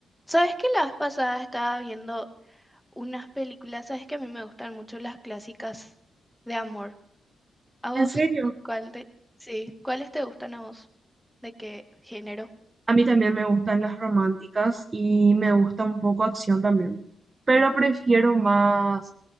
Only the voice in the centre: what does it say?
¿Sabes que la vez pasada estaba viendo unas películas? ¿Sabes que a mí me gustan mucho las clásicas de amor? ¿A
vos?
¿Cuál de... Sí, ¿cuáles te gustan a vos? ¿De qué género?